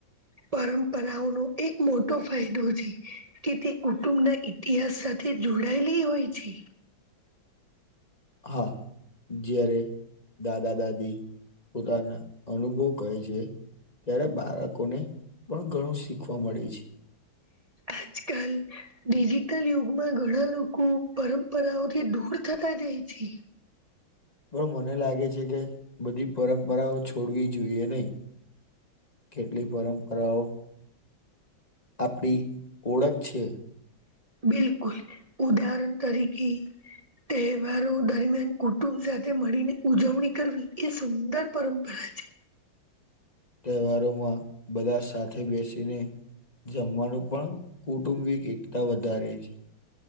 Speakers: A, on the right; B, on the left.
A: પરંપરાઓનો એક મોટો ફાયદો છે. કે તે કુટુંબના ઇતિહાસ સાથે જોડાયેલી હોય છે.
B: હા, જ્યારે દાદા દાદી પોતાના અનુભવ કહે છે. ત્યારે બાળકોને પણ ઘણું શીખવા મળે છે.
A: અજકલ ડિજિટલ યુગમાં ઘણા લોકો, પરંપરાઓથી દૂર થતા જાય છે.
B: પણ મને લાગે છે કે બધી પરંપરાઓ છોડવી જોઈએ નહી. કેટલી પરંપરાઓ આપડી ઓળખ છે.
A: બિલકુલ, ઉદાહરણ તરીકે તહેવારો દરમિયાન કુટુંબ સાથે મળીને ઉજવણી કરવી, એ સુંદર પરંપરા છે.
B: તહેવારોમાં બધા સાથે બેસીને જમવાનું પણ કુટુંબિક એકતા વધારે છે.